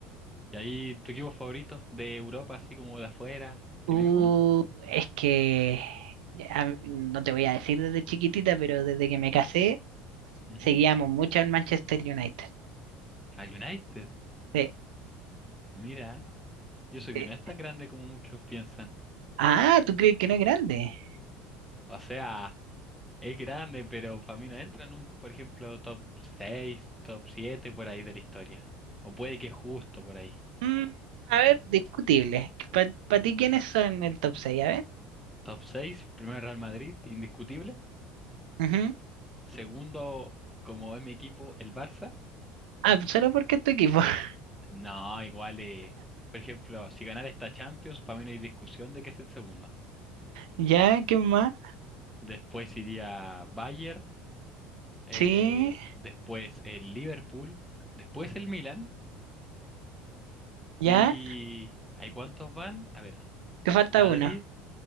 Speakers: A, in the centre; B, on the right.
A: ¿Y ahí tu equipo favorito de Europa, así como de afuera? ¿Tenés
B: Uh,
A: alguno?
B: es que ya, a- no te voy a decir desde chiquitita, pero desde que me casé,
A: Ujú.
B: seguíamos mucho al Manchester United.
A: Al United.
B: Sí,
A: Mira, yo sé que
B: sí.
A: no es tan grande como muchos piensan.
B: Ah, ¿tú crees que no es grande?
A: O sea, es grande, pero para mí no entra en un, por ejemplo, top 6 top 7 por ahí de la historia. O puede que justo por ahí.
B: Mm, a ver, discutible. ¿Para ti quiénes son el top 6? A ver.
A: Top 6, primero Real Madrid, indiscutible.
B: Ujú.
A: Segundo, como es mi equipo, el Barça.
B: Ah, pues solo porque es tu equipo. <laughs>
A: No, igual, eh, por ejemplo, si ganara esta Champions, para mí no hay discusión de que esté el segundo.
B: Ya, ¿qué más?
A: Después iría Bayern, eh,
B: Sí,
A: después el Liverpool, después el Milan. ¿Y
B: ya.
A: hay cuántos van? A ver,
B: Te falta
A: Madrid,
B: uno.